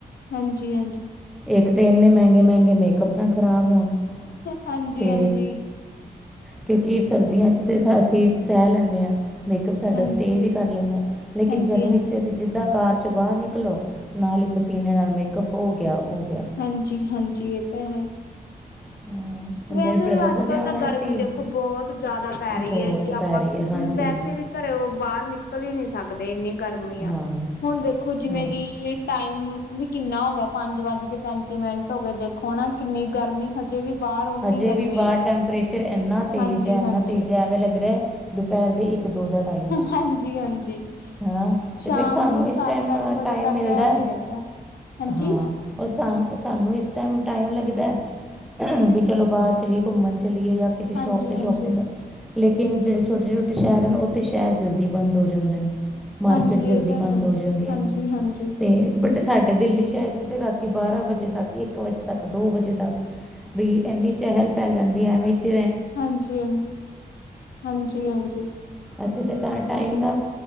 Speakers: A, on the left (about 85°); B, in the centre.
A: ਹਾਂਜੀ, ਹਾਂਜੀ।
B: ਇੱਕ ਤਾਂ, ਇੰਨੇ ਮਹਿੰਗੇ -ਮਹਿੰਗੇ ਮੇਕਅੱਪ ਨਾ ਖ਼ਰਾਬ ਹੋਣ
A: ਹਾਂਜੀ
B: ਤੇ
A: ਹਾਂਜੀ ਹਾਂਜੀ
B: ਕਿਉਂਕਿ ਸਰਦੀਆਂ 'ਚ ਤੇ ਅਸੀਂ, ਸਹਿ ਲੈਂਦੇ ਹਾਂ ਸਾਡਾ
A: ਹਾਂਜੀ
B: ਸਟੇ ਵੀ ਕਰ ਲੈਂਦਾ, ਲੇਕਿਨ
A: ਹਾਂਜੀ
B: ਗਰਮੀ 'ਚ ਅਸੀਂ ਜਿੱਦਾਂ ਕਾਰ 'ਚ ਬਾਹਰ ਨਿਕਲੋ, ਨਾਲ ਹੀ ਪਸੀਨੇ ਨਾਲ ਮੇਕਅਪ ਹੋ ਗਿਆ, ੳ ਗਿਆ।
A: ਹਾਂਜੀ ਹਾਂਜੀ, ਇਹ ਤਾਂ ਹੈ।
B: ਹਾਂ, ਹੁਣ
A: ਵੈਸੇ
B: ਮੇਰੇ ਬ੍ਰਦਰ
A: ਵੀ ਅੱਜ
B: ਦਾ ਵਿਆਹ
A: ਕੱਲ੍ਹ ਤਾਂ
B: ਹੋਇਆ
A: ਗਰਮੀ
B: ਸੀ
A: ਦੇਖੋ, ਬਹੁਤ ਜ਼ਿਆਦਾ ਪੈ
B: ਬਹੁਤ
A: ਰਹੀ ਹੈਗੀ ਆਪਾਂ
B: ਪੈ ਰਹੀ ਹੈ ਹਾਂਜੀ
A: ਵੈਸੇ ਵੀ ਘਰੇ ਬਾਹਰ ਨਿਕਲ ਹੀ ਨਹੀਂ ਸਕਦੇ ਇੰਨੀ ਗਰਮੀ ਆ,
B: ਹਾਂ
A: ਹੁਣ ਦੇਖੋ ਜਿਵੇਂ
B: ਹਾਂ
A: ਕਿ ਟਾਈਮ ਵੀ ਕਿੰਨਾ ਹੋ ਗਿਆ, ਪੰਜ ਵੱਜ ਕੇ ਪੈਂਤੀ ਮਿੰਟ ਹੋ ਗਏ, ਦੇਖੋ ਹਨ ਨਾ ਕਿੰਨੀ ਗਰਮੀ ਹਜੇ ਵੀ ਬਾਹਰ ਓਨੀ
B: ਹਜੇ
A: ਗਰਮੀ
B: ਵੀ ਬਾਹਰ
A: ਆ
B: ਟੈਂਪਰੇਚਰ ਇਨਾ ਤੇਜ਼
A: ਹਾਂਜੀ
B: ਹੈ ਇਨਾ
A: ਹਾਂਜੀ
B: ਤੇਜ਼ ਹੈ ਐਵੇਂ ਲੱਗ ਰਿਹਾ। ਦੁਪਹਿਰ ਦੇ ਇੱਕ ਦੋ ਦਾ ਟਾਈਮ ਹੈ
A: ਹਾਂਜੀ ਹਾਂਜੀ
B: ਹੈ
A: ਸ਼ਾਮ
B: ਤੇ ਫਿਰ ਸਾਨੂੰ
A: ਨੂੰ ਸੱਤ
B: ਇਸ ਟਾਈਮ
A: ਅੱਠ ਵਜੇ
B: ਟਾਈਮ
A: ਤੱਕ
B: ਮਿਲਦਾ
A: ਐਵੇਂ
B: ਹੈ
A: ਹੀ ਰਹਿੰਦਾ ਹਾਂਜੀ
B: ਹਾਂ ਔਰ ਸਾਨ ਸਾਨੂੰ ਇਸ ਟਾਈਮ ਟਾਈਮ ਲੱਗਦਾ ਹੈ ਵੀ ਚਲੋ ਬਾਹਰ ਚਲੀਏ ਘੁੰਮਣ ਚਲੀਏ ਜਾਂ ਕਿਸੇ
A: ਹਾਂਜੀ-ਹਾਂਜੀ,
B: ਸ਼ੋਪ 'ਤੇ ਸ਼ੋਪਿੰਗ
A: ਹਾਂਜੀ
B: ਲੇਕਿਨ ਇਹ ਜਿਹੜੇ ਛੋਟੇ ਛੋਟੇ ਸ਼ਹਿਰ ਹਨ ਉੱਥੇ ਸ਼ਹਿਰ ਜਲਦੀ ਬੰਦ ਹੋ ਜਾਂਦੇ ਨੇ ਮਾਰਕੀਟ
A: ਹਾਂਜੀ
B: ਜਲਦੀ
A: ਇਹ ਤਾਂ
B: ਬੰਦ
A: ਹੈ।
B: ਹੋ ਜਾਂਦੀਆਂ
A: ਹਾਂਜੀ-ਹਾਂਜੀ,
B: ਨੇ ਤੇ ਸਾਡੇ ਦਿੱਲੀ ਸ਼ਹਿਰ ਚ ਤੇ ਰਾਤੀ ਬਾਰਾਂ ਵਜੇ ਤੱਕ ਇੱਕ ਵਜੇ ਤੱਕ ਦੋ ਵਜੇ ਤੱਕ ਵੀ ਇੰਨੀ ਚਹਿਲ ਪਹਿਲ ਰਹਿੰਦੀ ਹੈ ਐਵੇਂ ਚ
A: ਹਾਂਜੀ ਹਾਂਜੀ ਹਾਂਜੀ ਹਾਂਜੀ
B: ਐਥੇ ਤੇ ਤਾਂ ਟਾਈਮ ਦਾ